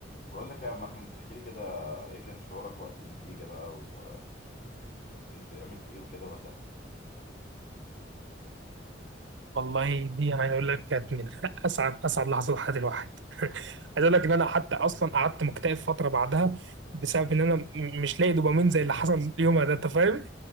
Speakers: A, on the left; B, on the right.
A: بقول لك يا عم احمد بتحكي لي كده ايه كان شعورك وقت النتيجة بقى و... وإد- عملت ايه وكده وقتها
B: والله دي انا عايز اقول لك كانت من اسعد اسعد لحظات حياه الواحد <laughs> عايز اقول لك ان انا حتى اصلا قعدت مكتئب فتره بعدها بسبب ان انا م- مش لاقي دوبامين زي اللي حصل يومها ده انت فاهم